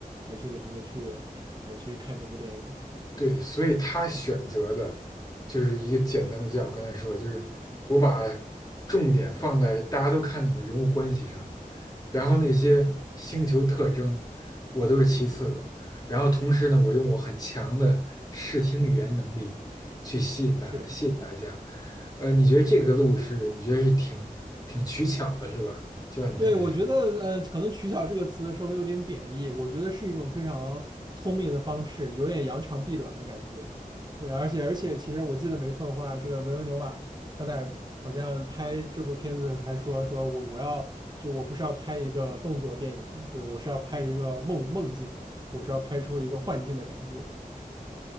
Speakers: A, on the right; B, on the left.
A: 来去给他们去来去看这部电影。
B: 对，所以他选择的就是一个简单的，就像我刚才说的，就是我把重点放在大家都看懂的人物关系上，然后那些星球特征我都是其次的，然后同时呢，我用我很强的视听语言能力去吸引大吸引大家。
A: 是。
B: 呃，你觉得这个路是你觉得是挺挺取巧的，是吧？就像你刚才说。
A: 对，我觉得，呃，可能“取巧”这个词稍微有点贬义，我觉得是一种非常聪明的方式，有点扬长避短的感觉。呃而且，而且，其实我记得没错的话，这个维伦纽瓦他在好像拍这部片子的时候还说，说我我要就我不是要拍一个动作电影，就是我是要拍一个梦梦境，我是要拍出一个幻境的感觉。